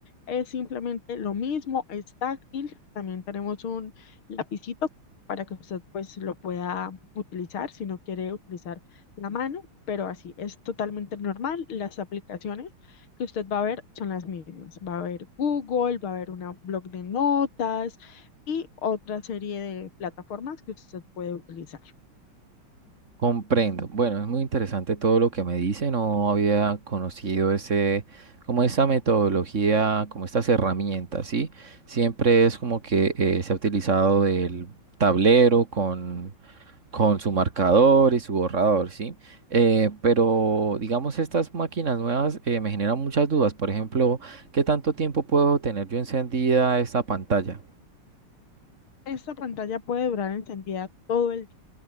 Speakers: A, on the left; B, on the right.
A: Es simplemente lo mismo, es táctil, también tenemos un lapicito para que usted pues lo pueda utilizar si no quiere utilizar la mano, pero así es totalmente normal. Las aplicaciones que usted va a ver son las mismas. Va a haber Google, va a haber una blog de notas y otra serie de plataformas que usted puede utilizar.
B: Comprendo. Bueno, es muy interesante todo lo que me dice. No había conocido ese, como esa metodología, como estas herramientas, ¿sí? Siempre es como que eh, se ha utilizado el tablero con, con su marcador y su borrador, ¿sí? Eh, pero, digamos, estas máquinas nuevas eh, me generan muchas dudas. Por ejemplo, ¿qué tanto tiempo puedo tener yo encendida esta pantalla?
A: Esta pantalla puede durar encendida todo el día,